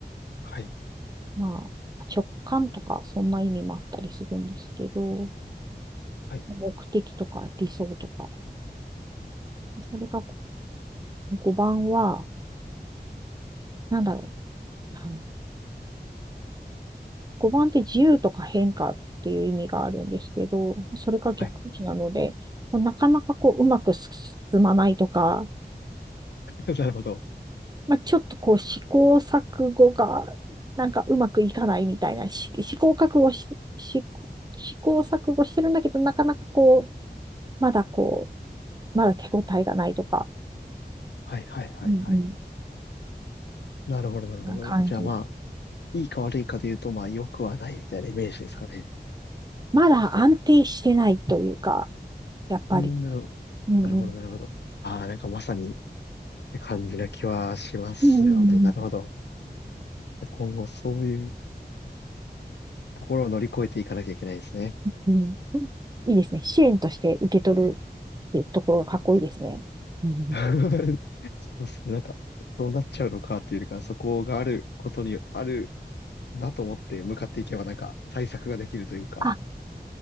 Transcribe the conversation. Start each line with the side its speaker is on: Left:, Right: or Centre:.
Left: はい、
Right: まあ、直感とか、そんな意味もあったりするんですけど、
Left: はい、
Right: 目的とか理想とか、それが5番は、なんだろう。はい5番って自由とか変化っていう意味があるんですけど、それが逆位置なので、
Left: はい。
Right: こうなかなかこううまく進まないとか、
Left: <laughs> なるほど。
Right: まあ、ちょっとこう試行錯誤がなんかうまくいかないみたいな、し試行錯誤し、し試行錯誤してるんだけど、なかなかこう、まだこう、まだ手応えがないとか、
Left: はい、はい、はい、
Right: うんうん。
Left: はい。なるほど、なるほど。
Right: な感じ。
Left: じゃあまあ、いいか悪いかで言うと、まあ、良くはないみたいなイメージですかね。
Right: まだ安定してないというか、やっぱり、
Left: うん、なるほど、
Right: うんうん。
Left: なるほど、なるほど。ああ、なんかまさにって感じな気はしますよね。
Right: うんうんうん。
Left: なるほど。今後そういうところを乗り越えていかなきゃいけないですね。
Right: うん。いいですね。支援として受け取るってところがかっこいいですね。うん。
Left: <laughs> そうですね。なんか、そうなっちゃうのかっていうよりかそこがあることにあるなと思って向かっていけば、なんか対策ができるというか、
Right: あ、